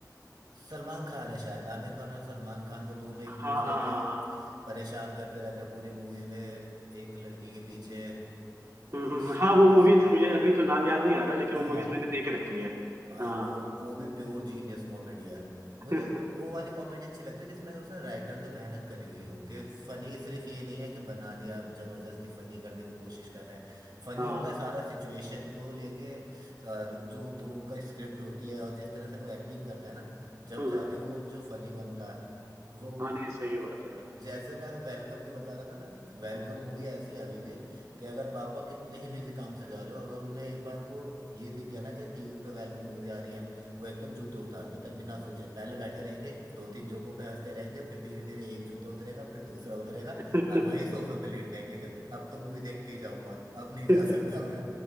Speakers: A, on the right; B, on the right.
A: सलमान खान है शायद आमिर खान और सलमान खान वो दोनों एक
B: हाँ
A: दूसरे
B: हाँ हाँ
A: के
B: हाँ।
A: परेशान करते रहते हैं पूरी मूवी में एक लड़की के पीछे
B: हम्म,
A: इस,
B: हम्म, हाँ वो
A: उस
B: मूवीज मुझे अभी तो नाम याद नहीं आ रहा लेकिन
A: हाँ
B: वो मूवीज मैंने देख रखी है
A: भाई
B: हाँ
A: वो वो भी प्योर जीनियस कॉमेडी है
B: <laughs>
A: मुझे वो वाली कॉमेडी अच्छी लगती है जिसमें उसने राइटर ने मेहनत करी हुई हो कि फनी सिर्फ ये नहीं है कि बना दिया आप जबरदस्ती फनी करने की कोशिश कर रहे हैं फनी
B: हाँ
A: होता है सारा सिचुएशन को लेके और जो तुमका स्क्रिप्ट होती है और जिस तरह से वो एक्टिंग करता है ना जब
B: हम्म,
A: जाके वो जो फनी बनता है वो
B: हाँ नहीं सही बात है
A: जैसे मैं वेलकम की बता रहा था ना वेलकम मूवी ऐसी है अभी भी कि अगर पापा कितने ही बिजी काम से जा रहे हो अगर उन्हें एक बार को ये दिख गया ना कि टीवी पे वेलकम मूवी आ रही है वो एकदम जूते उतार देते हैं बिना सोचे पहले बैठे रहेंगे दो तीन जोकों पे हंसते रहेंगे फिर धीरे धीरे एक जूता उतरेगा फिर दूसरा उतरेगा
B: यार
A: और वहीं सोफे पे लेट जाएंगे कि अब तो मूवी देख के ही जाऊंगा अब नहीं जा
B: <laughs>
A: सकता मैं